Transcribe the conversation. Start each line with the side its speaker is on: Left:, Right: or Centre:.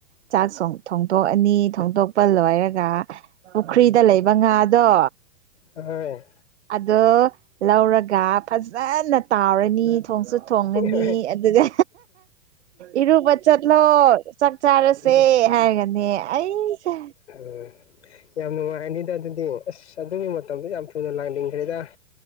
Right: ꯆꯥꯛ ꯊꯣꯡꯗꯣꯛꯑꯅꯤ ꯊꯣꯡꯗꯣꯛꯄ ꯂꯣꯏꯔꯒ ꯄꯨꯈ꯭ꯔꯤꯗ ꯂꯩꯕ ꯑꯉ ꯑꯗꯣ
Left: ꯍꯣꯏ
Right: ꯑꯗꯣ ꯂꯧꯔꯒ ꯐꯖꯅ ꯇꯥꯎꯔꯅꯤ ꯊꯣꯡꯁꯨ ꯊꯣꯡꯉꯅꯤ
Left: ꯍꯣꯏ
Right: ꯑꯗꯨꯒ ꯏꯔꯨꯕ ꯆꯠꯂꯣ ꯆꯥꯛ ꯆꯥꯔꯁꯦ
Left: ꯎꯝ
Right: ꯍꯥꯏꯔꯒꯅꯦ ꯑꯩꯁꯦ
Left: ꯎ ꯌꯥꯝꯅꯨꯡ ꯑꯗꯨꯗꯤ ꯑꯁ ꯑꯗꯨꯒꯤ ꯃꯇꯝꯗꯣ ꯌꯥꯝ ꯊꯨꯅ ꯂꯥꯡꯅꯤꯡꯈ꯭ꯔꯦꯗ